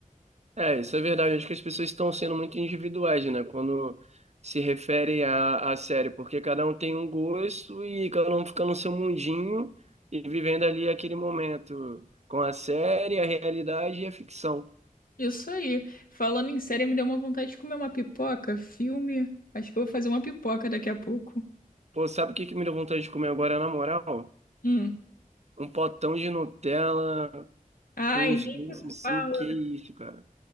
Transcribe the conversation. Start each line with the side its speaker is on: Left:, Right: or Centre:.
Right: É, isso é verdade. Acho que as pessoas estão sendo muito individuais, né? Quando se refere à, à série, porque cada um tem um gosto e cada um fica no seu mundinho e vivendo ali aquele momento com a série, a realidade e a ficção.
Left: Isso aí. Falando em série, me deu uma vontade de comer uma pipoca, filme. Acho que eu vou fazer uma pipoca daqui a pouco.
Right: Pô, sabe o que que me deu vontade de comer agora, na moral?
Left: Hum.
Right: Um potão de Nutella
Left: Ai,
Right: com uns
Left: nem
Right: doces assim,
Left: fala.
Right: que isso, cara.